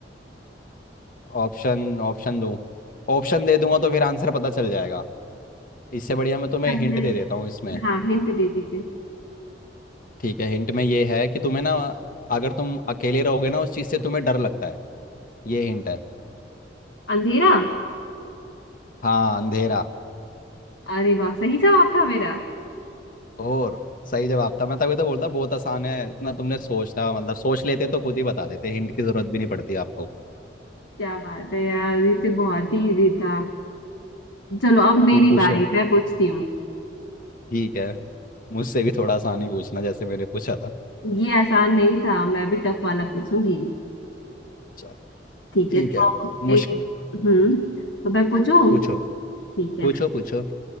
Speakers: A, on the left; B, on the left.
A: ऑप्शन ऑप्शन दूं ऑप्शन दे दूंगा तो फिर आंसर पता चल जाएगा इससे बढ़िया मैं तुम्हें
B: पहले
A: हिंट दे देता हूँ इसमें
B: हाँ हिंट दे दीजिए
A: ठीक है हिंट में ये है कि तुम्हें ना अगर तुम अकेले रहोगे ना उस चीज़ से तुम्हें डर लगता है ये हिंट है
B: अंधेरा
A: हाँ अंधेरा
B: अरे वाह सही जवाब था मेरा
A: और सही जवाब था मैं तभी तो बोलता बहुत आसान है इतना तुमने सोचना मतलब सोच लेते तो खुद ही बता देते हिंट की जरूरत भी नहीं पड़ती आपको
B: क्या बात है यार ये तो बहुत ही इजी था चलो अब मेरी
A: तुम पूछो
B: बारी मैं पूछती हूँ
A: ठीक है मुझसे भी थोड़ा आसान ही पूछना जैसे मैंने पूछा था
B: ये आसान नहीं था मैं भी टफ वाला पूछूंगी
A: अच्छा
B: ठीक
A: ठीक
B: है तो
A: है मुझ
B: एक हम्म तो मैं पूछूं
A: पूछो
B: ठीक है
A: पूछो पूछो